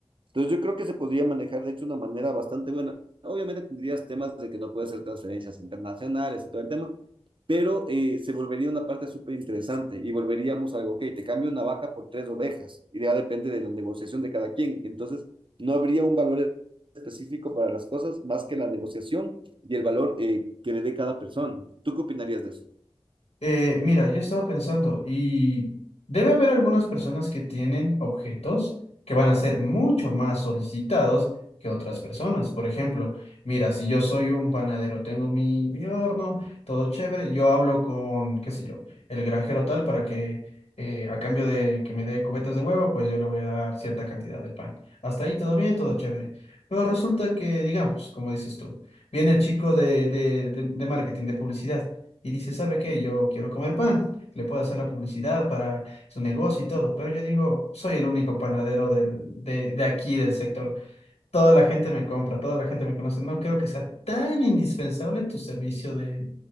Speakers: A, on the right; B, on the left.
A: Entonces yo creo que se podría manejar de hecho de una manera bastante buena. Obviamente tendrías temas de que no puedes hacer transferencias internacionales y todo el tema, pero eh, se volvería una parte súper interesante y volveríamos a algo, ok, te cambio una vaca por tres ovejas y ya depende de la negociación de cada quien. Entonces no habría un valor específico para las cosas más que la negociación y el valor eh, que le dé cada persona. ¿Tú qué opinarías de eso?
B: Eh, mira, yo estaba pensando, y debe haber algunas personas que tienen objetos que van a ser mucho más solicitados que otras personas. Por ejemplo, mira, si yo soy un panadero, tengo mi, mi horno, todo chévere, yo hablo con, qué sé yo, el granjero tal para que eh, a cambio de que me dé cubetas de huevo, pues yo le voy a dar cierta cantidad de pan. Hasta ahí todo bien, todo chévere. Pero resulta que, digamos, como dices tú, viene el chico de, de de- de marketing, de publicidad y dice, ¿sabe qué? Yo quiero comer pan. Le puedo hacer la publicidad para su negocio y todo, pero yo digo, soy el único panadero del, de, de aquí, del sector. Toda la gente me compra, toda la gente me conoce. No creo que sea tan indispensable tu servicio de,